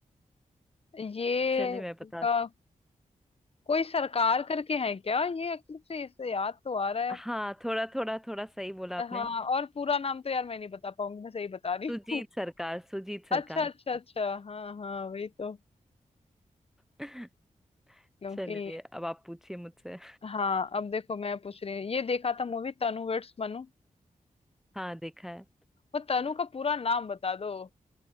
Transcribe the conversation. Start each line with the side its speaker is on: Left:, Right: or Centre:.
Left: ये
Centre: चलिए
Left: उनका
Centre: मैं बता
Left: कोई सरकार करके है क्या ये एक्चुअली से इससे याद तो आ रहा है
Centre: हाँ थोड़ा थोड़ा थोड़ा सही बोला आपने
Left: हाँ और पूरा नाम तो यार मैं नहीं बता पाऊंगी मैं सही बता रही
Centre: सुजीत
Left: हूँ
Centre: सरकार सुजीत
Left: अच्छा
Centre: सरकार
Left: अच्छा अच्छा हाँ हाँ वही तो
Centre: <laughs>
Left: क्योंकि
Centre: चलिए अब आप पूछिए मुझसे
Left: हाँ अब देखो मैं पूछ रही हूँ ये देखा था मूवी तनु वेड्स मनु
Centre: हाँ देखा है
Left: वो तनु का पूरा नाम बता दो